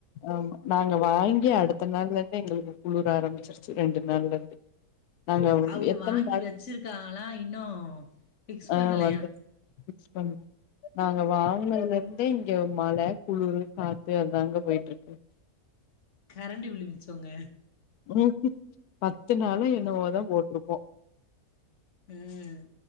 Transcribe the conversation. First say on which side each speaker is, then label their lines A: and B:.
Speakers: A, on the left; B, on the left.
A: ஆமா நாங்க வாங்கி அடுத்த நாள் எங்களுக்கு குளிர ஆரம்பிச்சிருச்சு ரெண்டு நாள் இருந்து நாங்க
B: அவ
A: எத்தன
B: வாங்கி
A: நாள்
B: வச்சிருக்கால்லாம் இன்னும் பிக்ஸ்
A: ஆ
B: பண்ணலயா
A: வந்து ஃபிக்ஸ் பண்ணோ நாங்க வாங்கினதுல இருந்தே இங்க மழ குளிர் காத்து அதாங்க போயிட்டு <unintelligible>
B: கரண்டி விழுமிச்சோங்க
A: உ பத்து நாளா என்னவோதான் போட்டிருக்கோம்
B: ம்